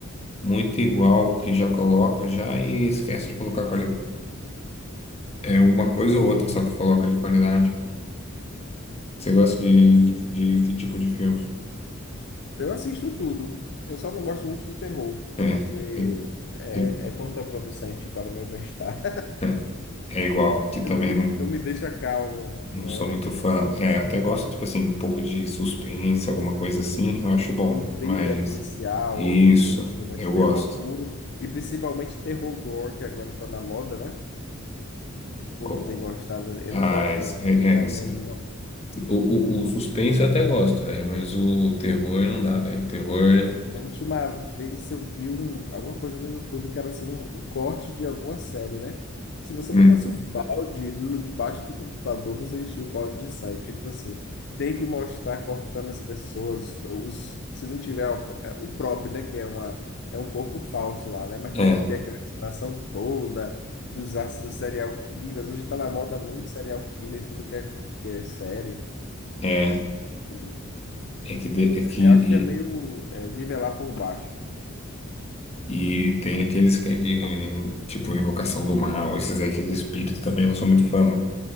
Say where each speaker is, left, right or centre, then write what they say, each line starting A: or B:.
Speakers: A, on the left; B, on the left.
A: muito igual o que já coloca já e esquece de colocar quali é, é uma coisa ou outra só que coloca de qualidade. Você gosta de, de, de que tipo de filme?
B: Eu assisto tudo. Eu só não gosto muito de terror,
A: É,
B: porque
A: é, e-
B: é,
A: e-
B: é contraproducente para o meu bem-estar.
A: <laughs> É igual,
B: <laughs>
A: que também
B: Não me,
A: não,
B: não me deixa calmo, né?
A: não sou muito
B: É,
A: fã. É, até gosto, tipo assim, um pouco de suspense, alguma coisa assim, eu acho bom.
B: um thriller
A: Mas
B: policial,
A: isso,
B: alguma coisa assim, mas
A: eu
B: terror
A: gosto.
B: puro, e principalmente terror gore, que agora tá na moda, né? O povo
A: Co-
B: tem gostado. Eu
A: Mas,
B: não gosto, não. Não
A: é,
B: vejo a
A: é, assim,
B: menor,
A: O, o, o suspense eu até gosto, velho, mas o terror não dá, velho. Terror.
B: Da última vez eu vi um, alguma coisa no YouTube que era assim, um, o corte de alguma série, né? Se você
A: hum,
B: botasse o balde no debaixo do computador, você enchia o balde de sangue. Porque, tipo assim, tem que mostrar cortando as pessoas. Os, se não tiver o, é, o próprio, né? Que é, uma, é um corpo falso lá, né? Mas
A: é,
B: tem que ter aquela explanação toda dos ácidos dos serial killers. Hoje tá na moda muito serial killer, tudo que é, que é série.
A: é,
B: e
A: é que, de- é que
B: eu acho que é meio é, nivelar por baixo.
A: e, e tem aqueles que é de, tipo, Invocação do Mal, esses aí que é de espírito também, eu não sou muito fã, não.